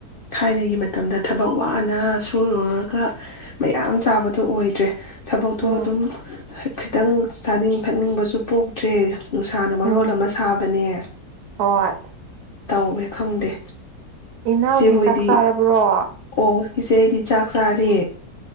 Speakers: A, on the left; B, on the right.
A: ꯊꯥꯏꯅꯒꯤ ꯃꯇꯝꯗ ꯊꯕꯛ ꯋꯥꯅ ꯁꯨꯔꯨꯔꯒ ꯃꯌꯥꯝ ꯆꯥꯕꯗꯣ ꯑꯣꯏꯗ꯭ꯔꯦ ꯊꯕꯛꯇꯣ
B: ꯎꯝ
A: ꯑꯗꯨꯝ ꯈꯤꯇꯪ ꯆꯥꯅꯤꯡ ꯊꯛꯅꯤꯡꯕꯁꯨ ꯄꯣꯛꯇ꯭ꯔꯦ ꯅꯨꯡꯁꯥꯅ ꯃꯔꯣꯜ
B: ꯎꯝ
A: ꯑꯃ ꯊꯥꯕꯅꯦ
B: ꯍꯣꯏ
A: ꯇꯧꯋꯦ ꯈꯪꯗꯦ
B: ꯏꯅꯥꯎꯗꯤ
A: ꯏꯆꯦ ꯍꯣꯏꯗꯤ
B: ꯆꯥꯛ ꯆꯥꯔꯕ꯭ꯔꯣ꯫
A: ꯑꯣ ꯏꯆꯦ ꯑꯩꯗꯤ ꯆꯥꯛ ꯆꯥꯔꯦ